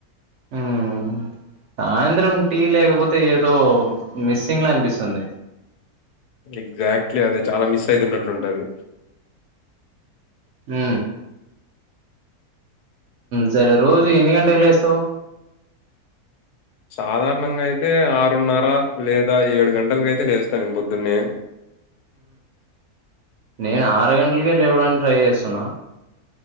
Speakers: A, on the right; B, on the left.
A: ఉ సాయంత్రం టీ లేకపోతే ఏదో మిస్సింగ్ల అనిపిస్తుంది
B: ఎగ్జాక్ట్లీ అదే చాల మిస్ అయితున్నటు వుంటాది
A: హు సరే రోజు ఎన్ని గంటకు లేస్తావ్
B: సాధారణంగ అయితే ఆరున్నర లేద ఏడు గంటలకి అయితే లేస్తాను నేను పొద్దున్నే
A: నేను ఆరు గంటలకే లేవడానికి ట్రై చేస్తున్న